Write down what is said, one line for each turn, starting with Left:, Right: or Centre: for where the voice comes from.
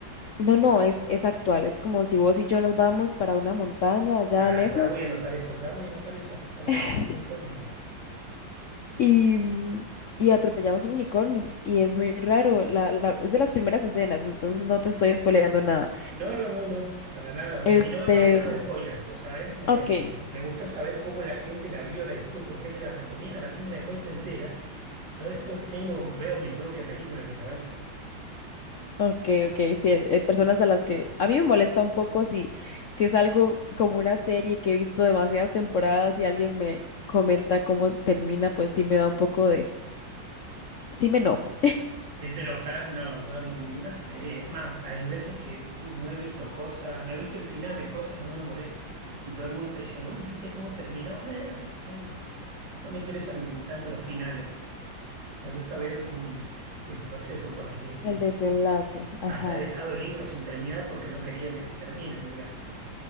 Left: No, no, es, es actual, es como si vos y yo nos vamos para una montaña allá
Right: Pará,
Left: lejos.
Right: ya voy a anotar eso, ya voy a anotar eso, la muerte
Left: <laughs>
Right: de un unicornio.
Left: Y, mm, y atropellamos un unicornio. Y es muy raro. La, la- es de las primeras escenas, entonces no te estoy spoileando nada.
Right: No, no, no, no, para nada. no,
Left: Este,
Right: Y no me molestan los spoilers, vos sabés, me,
Left: ok,
Right: me gusta saber cómo la gente la vio, la disfruto, por qué me la recomiendan, así me la cuenta entera. Yo después tengo, veo mi propia película en mi cabeza.
Left: ok, ok. Sí, hay hay personas a las que a mí me molesta un poco si, si es algo como una serie que he visto demasiadas temporadas y alguien me comenta cómo termina, pues sí me da un poco de, sí me enojo.
Right: Si te enojas, no, son, no sé, es más, hay veces que no he visto cosas, no he visto el final de cosas y no me molesta. Y todo el mundo te dice, uy, ¿viste cómo terminó? Eh, a mí no me, no me interesan tanto los finales. Me gusta ver um, el proceso, por así decir.
Left: El desenlace, ajá,
Right: Hasta he dejado libros sin terminar porque no querían que se terminen, mirá.